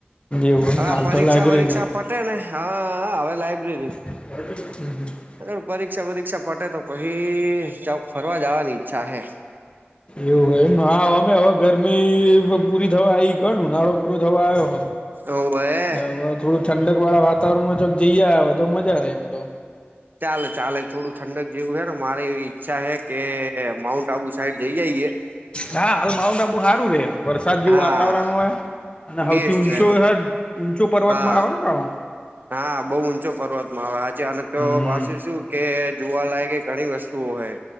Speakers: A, on the left; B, on the right.
A: એવું એમને
B: હવે આ
A: હાલ
B: પરીક્ષા
A: તો લાયબ્રેરીમાં
B: વરીક્ષા પટે ને હા હવે લાઈબ્રેરી.
A: હમ હમ.
B: અ પરીક્ષા પરીક્ષા પટે તો પઈાવ ફરવા જવાની ઈચ્છા હે.
A: એવું હો એમમે હવે ગરમી પૂરી થવા આઈ ગણ નાળો પૂરો થવા આવ્યો
B: ઓવે
A: એલે હવે થોડું ઠંડક વાળા વાત વાતાવરણમાં જોક જઈયા આવે હો તો મજા રે એમ તો.
B: ચાલે ચાલે થોડું ઠંડક જેવું હને મારે એવી ઈચ્છા હ કે માઉન્ટ આબુ સાઈડ જઈ જઈએ.
A: હા હાલ માઉબુ સારું રે. વરસાદ જેવું
B: હા
A: વાતાવરણ હોય અને હૌથી
B: બેસ્ટ
A: ઊંચો
B: રે
A: હ ઊંચો પર્વતમાં
B: હા
A: આવે ને રાણો.
B: હા બઉુ ઊંચો પર્વતમાં હવે આજે અને તો
A: હમ
B: પાસે શું કે જોવા લય કે ઘણી વસ્તુ તો હૈ.